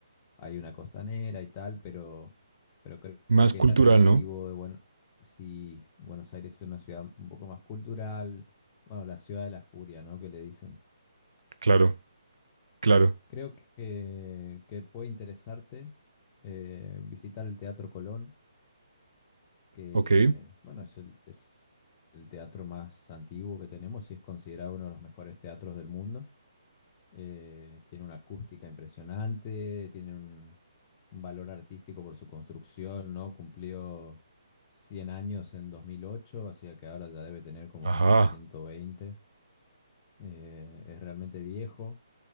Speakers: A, on the left (about 25°); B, on the right (about 70°).
A: hay una costanera y tal, pero, pero creo,
B: Más
A: creo que
B: cultural,
A: el atractivo
B: ¿no?
A: de bueno, si Buenos Aires es una ciudad un poco más cultural, bueno, la ciudad de la furia, ¿no? Que le dicen.
B: Claro, claro.
A: Creo que, que puede interesarte eh, visitar el Teatro Colón, que
B: Ok.
A: bueno, es el, es el teatro más antiguo que tenemos y es considerado uno de los mejores teatros del mundo. Eh, tiene una acústica impresionante, tiene un, un valor artístico por su construcción, ¿no? Cumplió cien años en dos mil ocho así que ahora ya debe tener como
B: Ajá.
A: 120. Eh, es realmente viejo